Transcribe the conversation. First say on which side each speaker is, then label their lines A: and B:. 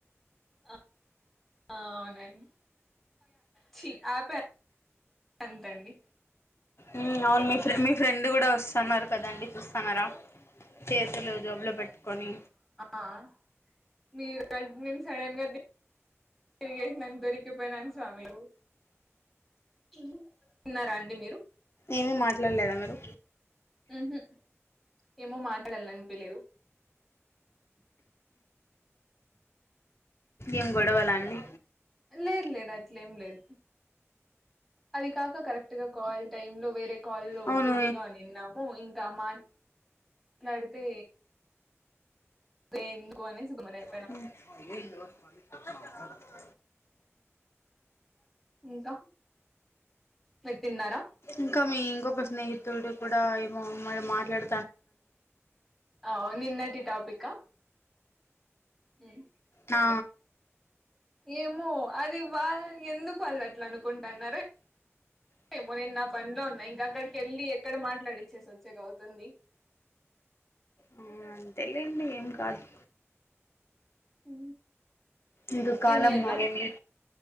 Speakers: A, in the centre; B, on the left.
A: అ అహ్ అవునండి చి అపే ఎంతండి
B: ఉమ్ అవును మీ మీ ఫ్రెండ్ కూడా వస్తు అన్నారు కదండి చూస్తన్నారా చేతులు జోబ్లో పెట్టుకొని
A: ఆహ్ మీర్ ప్రెగ్నెన్సీ సడన్గా ది తీర్గేసినన్ దొరికిపోయినాను స్వామి తిన్నారా అండి మీరు
B: ఏమీ మాట్లాడలేదా మీరు
A: ఉహు ఏమో మాట్లాడలనిపియాలేదు
B: ఏం గొడవలండి
A: లేద్ లేదు అట్లే ఏం లేదు అది కాక కరెక్ట్ గా కాల్ టైమ్ లో వేరే కాల్ల్లో
B: అవును
A: బిజీగా ఉన్నీనము ఇంకా మా ట్లాడితే దేన్కో అనేసి గుమ్మనయ
B: ఉమ్
A: ఇంకా మీర్ తిన్నారా
B: ఇంకా మీ ఇంకోక్క స్నేహితుడు కూడా ఏమో మ మాట్లాడ
A: అవ్వ్ నిన్నటి టాపికా ఉమ్
B: నా
A: ఏమో అది వా ఎందుకు వాళ్ళు అట్లా అనుకుంటన్నారా మో నేను నా పనిలో ఉన్నా ఇంక అక్కడికిెళ్ళి ఎక్కడ మాట్లాడిచ్చేసి వచ్చేక అవుతుంది
B: అవు అంతేలేండి ఏం కాదు
A: ఉ
B: ఇంక కాలం
A: ఏమి అర్లా
B: మరేంది